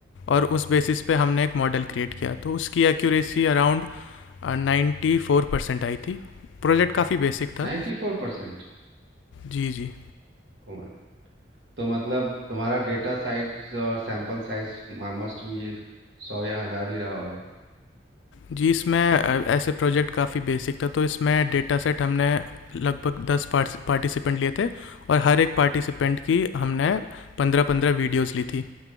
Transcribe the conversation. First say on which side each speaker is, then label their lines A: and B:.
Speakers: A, on the left; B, on the right.
A: और उस बेसिस पे हमने एक मॉडल क्रिएट किया तो उसकी एक्यूरेसी अराउंड नाइन्टी फोर परसेंट आई थी प्रोजेक्ट काफ़ी बेसिक था
B: नाइन्टी फोर परसेंट
A: जी जी
B: तो, तो मतलब तुम्हारा डेटा साइज और सैंपल साइज मस्ट भी सौ या हजार ही रहा होगा
A: जी इसमें अ, ऐसे प्रोजेक्ट काफ़ी बेसिक था तो इसमें डेटा सेट हमने लगभग दस पार्टिसिपेंट लिए थे और हर एक पार्टिसिपेंट की हमने पंद्रह पंद्रह वीडियोस ली थी